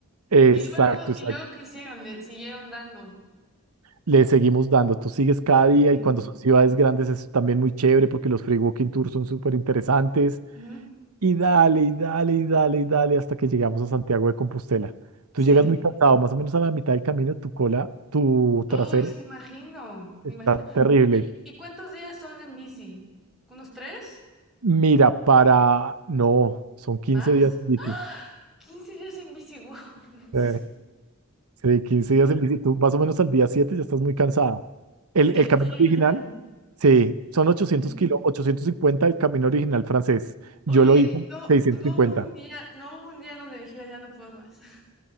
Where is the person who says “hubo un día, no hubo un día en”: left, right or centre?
Centre